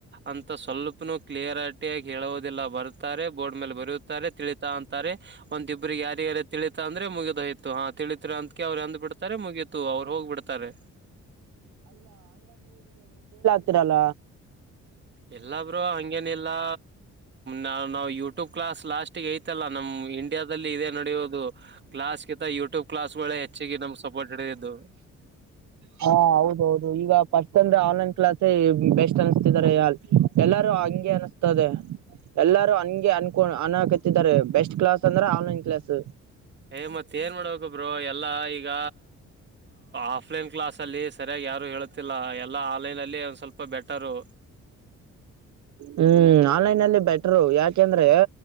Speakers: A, on the right; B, on the right.
A: ಅಂತ ಸ್ವಲ್ಪನು ಕ್ಲಿಯರಿಟಿಿಯಾಗಿ ಹೇಳೋುದಿಲ್ಲ ಬರುತ್ತಾರೆ ಬೋರ್ಡ್ ಮೇಲೆ ಬರುತ್ತಾರೆ ತಿಳಿತಾ ಅಂತಾರೆ ಒಂದಿಬ್ರಿಗೆ ಯಾರ ಯಾರ ತಿಳೀಿತ ಅಂದ್ರೆ ಮುಗಿದೋಯ್ತು ಹಾ ತಿಳಿತ ಅಂದಕ ಅವ್ರು ಅಂದ್ ಬಿಡ್ತಾರೆ ಮುಗೀತು ಅವ್ರು ಹೋಗ್ಬ ಬಿಡ್ತಾರೆ
B: ಇತ್ರರಲ
A: ಎಲ್ಲಬ್ರು ಹಂಗೇನ ಇಿಲ್ಲಾ ನಾವ ನಾವ್ ಯೂಟ್ಯೂಬ್ ಕ್ಲಾಸ್ ಲಾಸ್ಟ್ಗ ಐತಲ್ಲಾ ನಮ್ ಇಂಡಿಯಾದಲ್ಲಿ ಇದೇ ನಡಿಯೋುದು ಕ್ಲಾಸ್ಗಿಂತ ಯೂಟ್ಯೂಬ್ ಕ್ಲಾಸ್ಗಳೆ ಹೆಚ್ಚಿಗೆ ನಮ್ ಸಪೋರ್ಟ್ ಹಿಡಿದ್ದು
B: ಹಾ ಹೌದೌದು ಈಗ ಫಸ್ಟ್ ಅಂದ್ರೆ ಆನ್ಲೈನ್ ಕ್ಲಾಸ್ೇ ಬೆಸ್ಟ್ ಅನಿಸತಿದ್ದಾರೆ ಎಲ್ಲಾರು ಹಂಗೆ ಅನಸ್ತದೆ ಎಲ್ಲಾರು ಹಂಗೆ ಅನ್ಕೊ ಅನ್ಕತ್ತಿದ್ದಾರೆ ಬೆಸ್ಟ್ ಕ್ಲಾಸ್ ಅಂದ್ರೆ ಆನ್ಲೈನ್ ಕ್ಲಾಸ್
A: ಏ್ ಮತ್ತ ಏನ್ ಮಾಡ್ಬೇಕಬ್್ರರು ಎಲ್ಲಾ ಈಗ ಆಫ್ಲೈನ್ ಕ್ಲಸ್ ಅಲ್ಲಿ ಸರಿಯಾಗಿ ಯಾರು ಹೇಳುತ್ತಿಲ್ಲ ಎಲ್ಲ ಆನ್ಲೈನ್ ಅಲ್ಲಿ ಒಂದ್ ಸ್ವಲ್ಪ ಬೆಟ್ಟ ತರು
B: ಹ್ಮ್ ಆನ್ಲೈನ್ಲ್ಲಿ ಬೆಟರು ಯಾಕೆಂದ್ರೆ